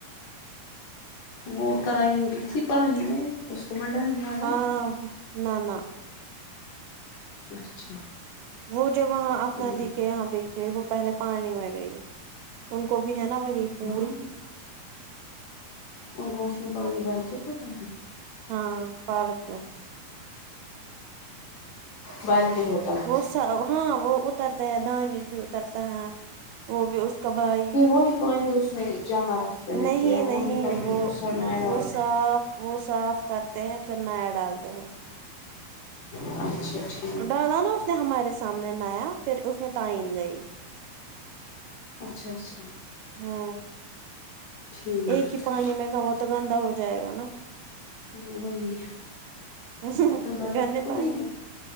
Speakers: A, on the left (about 70°); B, on the right (about 80°).
A: وہ تئین بھی تھی پانی میں اس کو منڈانا
B: ہاں نہ نہ
A: اچھا
B: وہ جو وہاں اپنادی
A: ٹھیک
B: کے یہاں بیچے وہ پہلے پانی میں گئی ان کو بھی ہے نا وہی پول
A: وہاں پہ ان کو اس میں پانی بھر کیا ہوتا ہے
B: ہاں پارک میں
A: بالک ہوتا ہے
B: وہ سب ہاں وہ اترتے ہیں دانش بھی اترتا ہے وہ بھی اس کا بھائی
A: پھر وہی پانی اس میں جمع رکھتے ہیں
B: نہیں
A: کیا وہ
B: نہیں
A: نکل کے
B: وہ
A: دوسرا نیا ڈال
B: وہ صاف وہ صاف کرتے ہیں پھر نیا ڈالتے ہیں
A: <unintelligible>
B: ڈالا نا اس نے ہمارے سامنے نیا پھر اس میں تئین گئی
A: اچھا اچھا
B: ہاں
A: ٹھیک
B: ایک ہی پانی میں کا وہ تو گندا ہو جائے گا نا
A: وہی
B: ہوں
A: اتنا بڑا
B: گندے
A: وہ
B: پانی
A: بھی ہے